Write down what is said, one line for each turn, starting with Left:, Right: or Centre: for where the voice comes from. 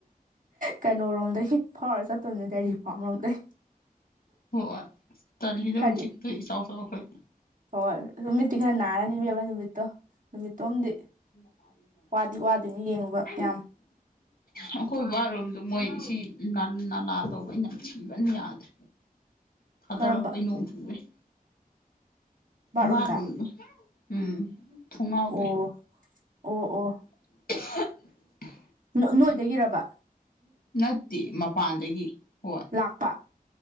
Right: ꯀꯩꯅꯣꯔꯣꯝꯗꯒꯤ ꯐꯥꯎꯔ ꯆꯠꯇꯧꯅꯦ ꯗꯥꯏꯔꯤꯄꯣꯛꯂꯣꯝꯗꯒꯤ
Left: ꯍꯣꯏ ꯇꯜꯂꯤꯗꯣ
Right: ꯈꯔꯗꯤ
Left: ꯍꯧꯖꯤꯛꯇꯣ ꯏꯆꯥꯎ ꯆꯥꯎꯈꯩ
Right: ꯍꯣꯏ ꯑꯗꯣ ꯃꯤꯠꯇꯤ ꯈꯔ ꯅꯥꯔꯅꯤꯕ ꯅꯨꯃꯤꯠꯇꯣ ꯅꯨꯃꯤꯠꯇꯣꯝꯗꯤ
Left: <unintelligible>
Right: ꯋꯥꯗꯤ ꯋꯥꯗꯣꯏꯅꯤ ꯌꯦꯡꯕ ꯌꯥꯝ
Left: ꯑꯩꯈꯣꯏ ꯕꯥꯠꯔꯨꯝꯗꯣ ꯃꯣꯏꯁꯤ ꯅꯂꯥ ꯇꯧꯕꯩ ꯅꯝꯊꯤꯕꯅ ꯌꯥꯗ꯭ꯔꯦ ꯊꯗꯥꯔꯛꯄꯩ
Right: ꯀꯔꯝꯕ
Left: ꯅꯣꯡ ꯆꯨꯕꯩ
Right: ꯕꯥꯠꯔꯨꯝꯗ
Left: ꯕꯥꯗꯔꯨꯝꯗꯣ ꯎꯝ ꯊꯣꯡꯅꯥꯎꯗꯩ
Right: ꯑꯣ ꯑꯣ ꯑꯣ
Left: <unintelligible>
Right: ꯅꯣ ꯅꯣꯏꯗꯥꯒꯤꯔꯕ
Left: ꯅꯠꯇꯦ ꯃꯄꯥꯟꯗꯒꯤ ꯍꯣꯏ
Right: ꯂꯥꯛꯄ